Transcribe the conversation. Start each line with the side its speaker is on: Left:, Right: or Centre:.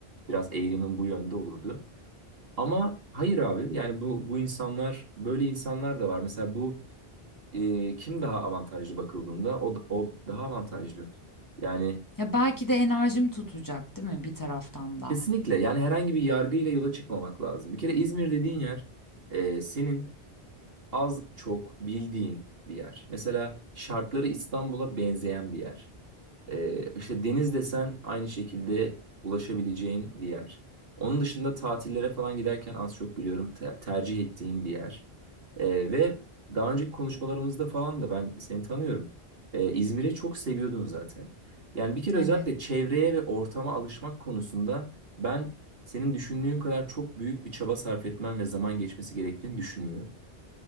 Right: biraz eğilimim bu yönde olurdu. Ama hayır abi yani bu, bu insanlar böyle insanlar da var. Mesela bu e, kim daha avantajlı bakıldığında o, o daha avantajlı. Yani
Left: Ya belki de enerjim tutacak, değil mi bir taraftan da?
Right: kesinlikle yani herhangi bir yargıyla yola çıkmamak lazım. Bir kere İzmir dediğin yer e, senin az çok bildiğin bir yer. Mesela şartları İstanbul'a benzeyen bir yer. Ee, işte deniz desen aynı şekilde ulaşabileceğin bir yer. Onun dışında tatillere falan giderken az çok biliyorum te- tercih ettiğin bir yer. Ee, ve daha önceki konuşmalarımızda falan da ben seni tanıyorum. Ee, İzmir'i çok seviyordun zaten. Yani bir kere
Left: Evet.
Right: özellikle çevreye ve ortama alışmak konusunda ben senin düşündüğün kadar çok büyük bir çaba sarf etmen ve zaman geçmesi gerektiğini düşünmüyorum.